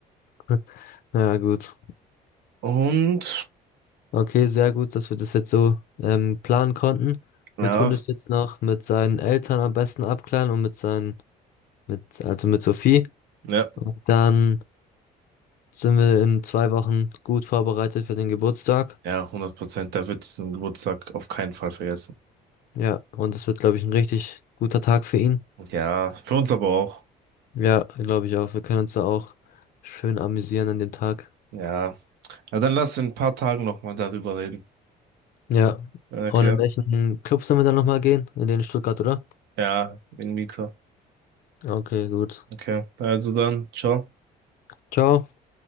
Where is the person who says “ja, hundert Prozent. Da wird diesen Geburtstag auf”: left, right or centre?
Right